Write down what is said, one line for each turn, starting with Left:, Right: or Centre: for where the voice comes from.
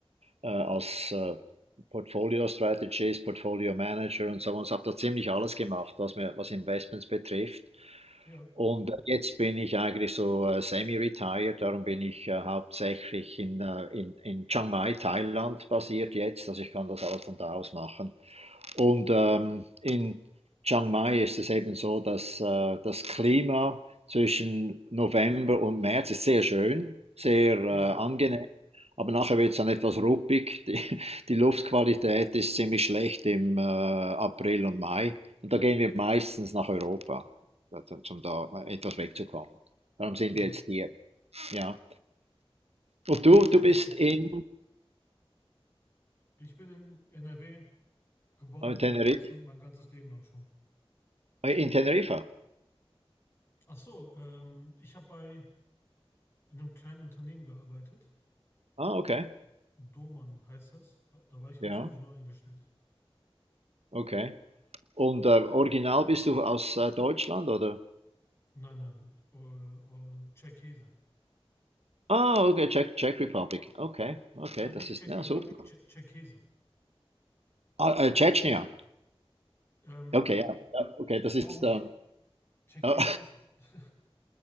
Right: äh, als äh, Portfolio Strategist, Portfolio Manager und so was. Habe da ziemlich alles gemacht, was mir, was Investments betrifft.
Left: Ja,
Right: Und äh, jetzt bin ich eigentlich so äh, semi-retired, darum bin ich äh, hauptsächlich in, äh, in, in Chiang Mai, Thailand basiert jetzt, also ich kann das alles von da aus machen. Und ähm, in Chiang Mai ist es eben so, dass äh, das Klima zwischen November und März ist sehr schön, sehr äh,
Left: ja,
Right: angenehm. Aber nachher wird es dann etwas ruppig. <laughs> Die, die Luftqualität ist ziemlich schlecht im äh, April und Mai. Und da gehen wir meistens nach Europa, also, um da etwas wegzukommen. Darum sind
Left: ja.
Right: wir jetzt hier. Ja. Und du, du
Left: Interessant.
Right: bist in,
Left: Ich bin in NRW geboren
Right: äh,
Left: und
Right: Teneriffa?
Left: aufgewachsen, mein ganzes Leben lang schon.
Right: In Teneriffa?
Left: Ach so, ähm, ich habe bei in einem kleinen Unternehmen gearbeitet.
Right: Ah, okay.
Left: Domann heißt das. Da war ich
Right: Ja,
Left: als Ingenieur eingestellt.
Right: okay. Und äh, original bist du aus äh, Deutschland, oder?
Left: Nein, nein, äh, äh, Tscherkesse.
Right: Ah, okay, Czech, Czech Republic. Okay, okay,
Left: Nein,
Right: das
Left: nicht
Right: ist,
Left: Czech
Right: ja,
Left: Republic,
Right: super.
Left: Tsche- Tscherkesse.
Right: Ah, äh, Tschetschenien.
Left: Ähm,
Right: Okay, ja, ja, okay, das ist,
Left: auch nicht.
Right: ähm,
Left: Tscherkesse
Right: ja.
Left: ist, <laughs>